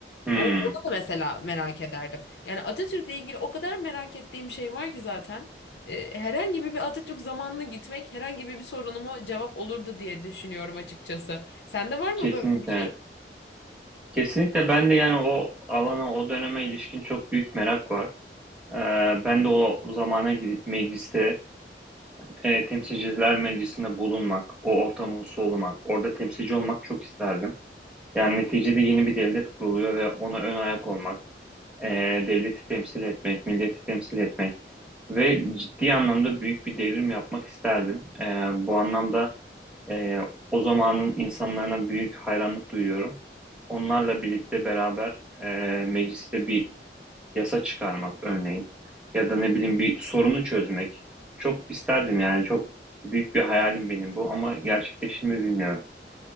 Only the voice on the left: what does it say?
O, onu da mesela merak ederdim. Yani Atatürk'le ilgili o kadar merak ettiğim şey var ki zaten. e, herhangi bir Atatürk zamanına gitmek herhangi bir sorunumu cevap olurdu diye düşünüyorum açıkçası. Sende var mı
böyle bir şey?